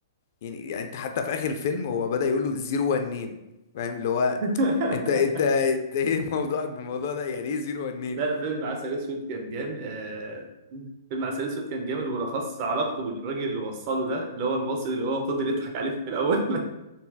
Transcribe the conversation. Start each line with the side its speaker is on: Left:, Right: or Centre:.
Left: يعني, يعني انت حتى في اخر الفيلم هو بدأ يقول له زيرو ونين فاهم اللي هو
Right: <laughs>
Left: انت انت انت ايه موضوعك بالموضوع ده يعني ايه زيرو ونين
Right: لا فيلم عسل اسود كان جامد آه، فيلم عسل اسود كان جامد وبالاخص علاقته بالراجل اللي وصله ده اللي هو المصري اللي هو فضل يضحك عليه في الاول